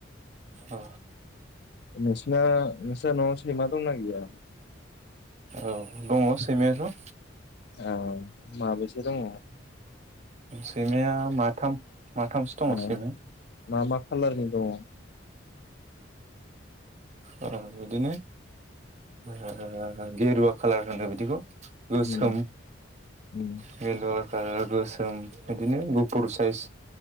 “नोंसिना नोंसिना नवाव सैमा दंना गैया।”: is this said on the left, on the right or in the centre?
Left